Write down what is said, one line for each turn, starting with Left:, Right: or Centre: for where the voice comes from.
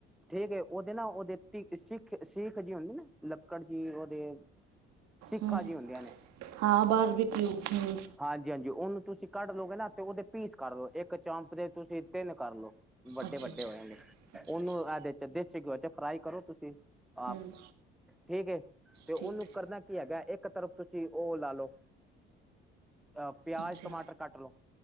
Centre: ਠੀਕ ਏ ਉਹਦੇ ਨਾ ਉਹਦੇ ਸਿੱਖ- ਸਿੱਖ ਜੀ ਹੁੰਦੇ ਨਾ ਲੱਕੜ ਜੀ ਉਹਦੇ <inaudible>
Right: ਹੂ,
Centre: ਹੁੰਦੀਆਂ ਨੇ
Right: ਹਾਂ ਬਾਰਬੀ ਕਿਊ ਹੂ।
Centre: ਹਾਂਜੀ ਹਾਂਜੀ। ਉਹਨੂੰ ਤੁਸੀਂ ਕੱਢ ਲਓਗੇ ਨਾ ਤੇ ਉਹਦੇ ਪੀਸ ਕਰ ਲੋ ਇੱਕ ਚਾਂਪ ਦੇ ਤੁਸੀਂ ਤਿੰਨ ਕਰਲੋ। ਵੱਡੇ
Right: ਅੱਛਾ
Centre: ਵੱਡੇ
Right: ਅੱਛਾ
Centre: ਹੋ ਜਾਗੇ।
Right: ਅੱਛਾ
Centre: ਉਹਨੂੰ
Right: ਅੱਛਾ
Centre: ਇਹਦੇ ਦੇਸੀ ਘਿਓ ਚ ਫਰਾਈ ਕਰੋ ਤੁਸੀਂ ਆਪ।
Right: ਹੂੰ
Centre: ਠੀਕ ਏ ਤੇ ਉਹਨੂੰ
Right: ਠੀਕ ਹੈ
Centre: ਕਰਨਾ ਕੀ ਹੈਗਾ। ਇੱਕ ਤਰਫ ਤੁਸੀ ਉਹ ਲਾ ਲੋ। ਅ ਪਿਆਜ
Right: ਅੱਛਾ
Centre: ਟਮਾਟਰ ਕੱਟ ਲਓ।